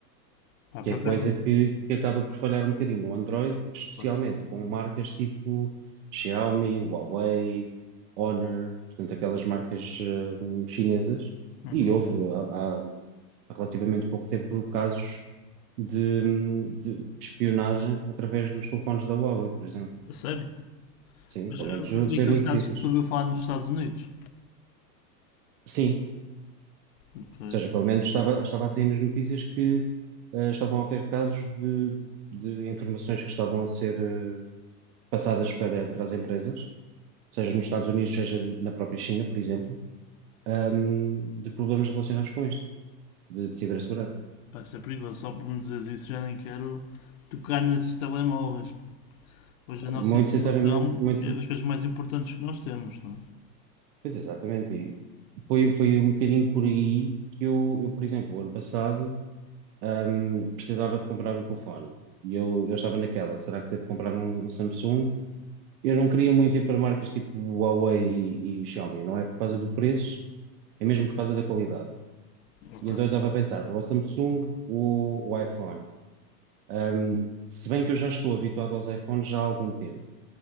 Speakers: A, on the left; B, on the right.
A: Pá,
B: que
A: por
B: é
A: acaso.
B: coisa que, que acaba por falhar um bocadinho no Android, especialmente
A: Pois.
B: com marcas tipo Xiaomi, Huawei, Honor, portanto, aquelas marcas eh, chinesas.
A: Uhum.
B: E houve há, há- há relativamente pouco tempo casos de, de espionagem através dos telefones da Huawei, por exemplo.
A: A sério?
B: Sim,
A: Mas
B: pelo
A: eh,
B: menos
A: foi
B: saiu
A: aqueles
B: nas
A: casos
B: notícias.
A: que se ouviu falar nos Estados Unidos.
B: Sim,
A: Ok.
B: ou seja, pelo menos estava, estava a sair nas notícias que eh, estavam a haver casos de, de informações que estavam a ser eh, passadas para, para as empresas, seja nos Estados Unidos, seja na própria China, por exemplo, ahm, de problemas relacionados com isto, de, de cibersegurança.
A: Pá, isso é perigoso. Só por me dizeres isso já nem quero tocar nesses telemóveis. Hoje a nossa
B: Muito
A: informação
B: sinceramente, muito,
A: é
B: sin-
A: das coisas mais importantes que nós temos, não
B: pois exatamente, e foi, foi um bocadinho por aí que eu, eu, por exemplo, o ano passado, ahm, precisava de comprar um telefone. E eu, eu estava naquela, será que devo comprar um, um Samsung? Eu não queria muito ir para marcas tipo Huawei e, e Xiaomi, não é por causa do preço, é mesmo por causa da qualidade.
A: é? Ok.
B: E então eu estava a pensar, o Samsung, o, o iPhone. Um, se bem que eu já estou habituado aos iPhones já há algum tempo,